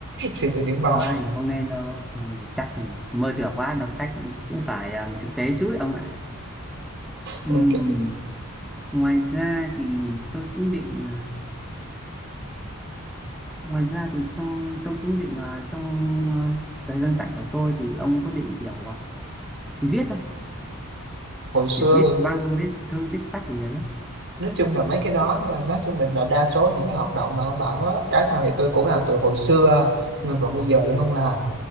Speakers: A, on the right; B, in the centre.
A: suy nghĩ biển bao
B: Ơi, không nên đâu. Ừ, chắc thì mơ tưởng quá đọc sách cũng phải à, thực tế chút ông ạ. Ừ.
A: Ok.
B: Ngoài ra thì tôi cũng định à, ngoài ra thì trong tôi cũng định à, trong à, thời gian rảnh của tôi thì ông có định kiểu à, viết
A: Hồi xưa
B: kiểu viết
A: thì
B: văn viết thư viết sách gì đấy
A: nói chung là mấy cái đó nha, nói chung mình là đa số những cái hoạt động mà ông bảo á, cái nào thì tôi cũng làm từ hồi xưa nhưng mà còn bây giờ thì không làm